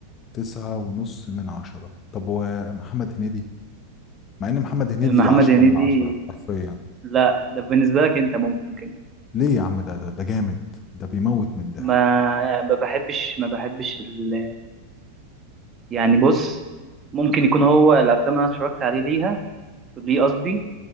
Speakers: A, on the left (about 30°); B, on the right (about 25°).
A: تسعة ونص من عشرة طب ومحمد هنيدي مع ان محمد هنيدي
B: محمد
A: 10
B: هنيدي
A: من 10 حرفيا
B: لا ده بالنسبة لك انت ممكن
A: ليه يا عم ده ده, ده جامد ده بيموت من الضحك
B: ما ما بحبش ما بحبش ال... يعني بص ممكن يكون هو الافلام اللي انا اتفرجت عليه ليها ليه قصدي